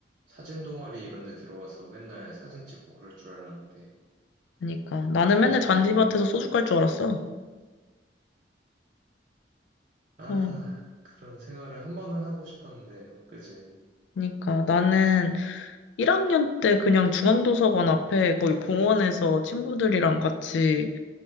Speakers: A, on the right; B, on the left.
A: 사진 동아리 이런 데 들어가서 맨날 사진 찍고 그럴 줄 알았는데
B: 그니까. 나는
A: 전혀
B: 맨날
A: 아니네.
B: 잔디밭에서 소주 깔 줄 알았어.
A: 아,
B: 어,
A: 그런 생활을 한 번은 하고 싶었는데, 그지?
B: 그니까. 나는 1학년 때 그냥 중앙도서관 앞에 거의 공원에서 친구들이랑 같이